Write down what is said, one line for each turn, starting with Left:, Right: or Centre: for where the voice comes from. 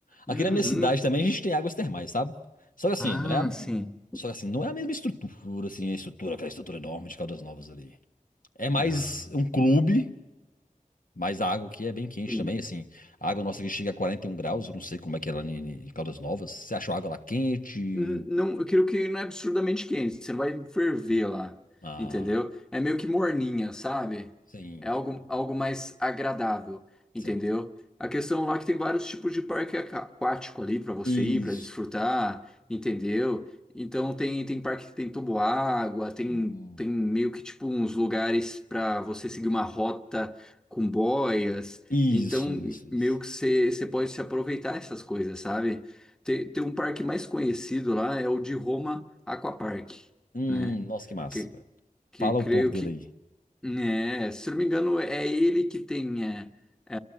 Left: Aqui
Centre: Uhum.
Left: na minha cidade também a gente tem águas termais, sabe? Só que assim,
Centre: Ah,
Left: não é a...
Centre: sim.
Left: Só que assim, não é a mesma estrutura, assim, a estrutura, aquela estrutura enorme de Caldas Novas ali. É mais
Centre: Ah,
Left: um clube, mas a água aqui é bem quente
Centre: Sim.
Left: também, assim. A água nossa aqui chega a 41 graus, eu não sei como é que é lá em em Caldas Novas. Você achou a água lá quente?
Centre: Não, eu quero que não é absurdamente quente, você não vai ferver lá,
Left: Ah,
Centre: entendeu? É meio que morninha, sabe?
Left: sim,
Centre: É algo, algo mais agradável,
Left: sim.
Centre: entendeu? A questão lá é que tem vários tipos de parque aqua- aquático ali para você
Left: Isso.
Centre: ir, para desfrutar, entendeu? Então tem, tem parque que tem toboágua, tem,
Left: Hum,
Centre: tem meio que tipo uns lugares para você seguir uma rota com boias.
Left: Isso,
Centre: Então
Left: isso, isso.
Centre: meio que você, você pode se aproveitar essas coisas, sabe? Tem, tem um parque mais conhecido lá, é o de Roma Aquapark,
Left: Hum,
Centre: né?
Left: nossa, que massa,
Centre: Que,
Left: velho.
Centre: que
Left: Fala
Centre: creio
Left: um pouco dele
Centre: que,
Left: aí.
Centre: né, se não me engano, é ele que tem é, é,